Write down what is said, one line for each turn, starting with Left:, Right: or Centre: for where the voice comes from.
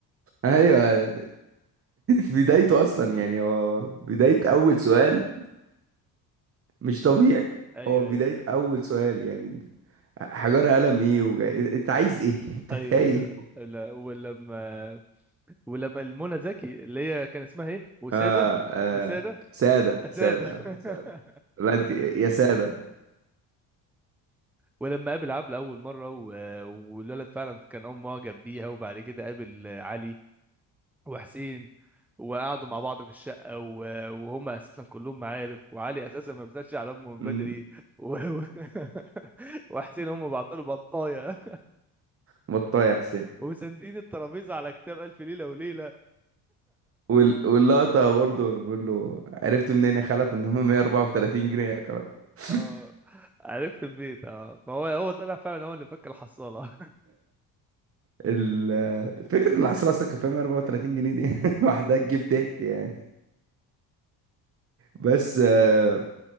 Right: ايوه <laughs> بدايته اصلا يعني هو بدايه اول سؤال مش طبيعي
Centre: ايوه
Right: هو بدايه
Centre: ايوه
Right: اول سؤال يعني حجار قلم ايه وجاي... انت عايز ايه <laughs> انت
Centre: ايوه
Right: تايه
Centre: ايوه لا ولما ولما المنى زكي اللي هي كان اسمها ايه وسادة
Right: اه اه
Centre: بسادة
Right: ساده ساده
Centre: سادة
Right: ساده
Centre: <laughs>
Right: لا انت يا ساده
Centre: ولما قابل عبلة أول مرة و... والولد فعلا كان أم معجب بيها وبعد كده قابل علي وحسين وقعدوا مع بعض في الشقة و... وهم أساسا كلهم معارف وعلي أساسا ما بيسألش على أمه من
Right: مم.
Centre: بدري و... و... <laughs> وحسين هم بعطوا بطاية
Right: بطاية يا حسين
Centre: <laughs> وساندين الترابيزة على كتاب ألف ليلة وليلة
Right: وال... واللقطة برضو بيقول له عرفت منين يا خلف ان هم 134 جنيه يا خلف
Centre: اه
Right: <laughs>
Centre: عرفت منين اه فهو هو طلع فعلا هو اللي فك الحصالة
Right: ال... الفكرة ان الحصيلة اصلا كان فيها 134 جنيه دي <laughs> لوحدها تجيب ضحك يعني بس آه،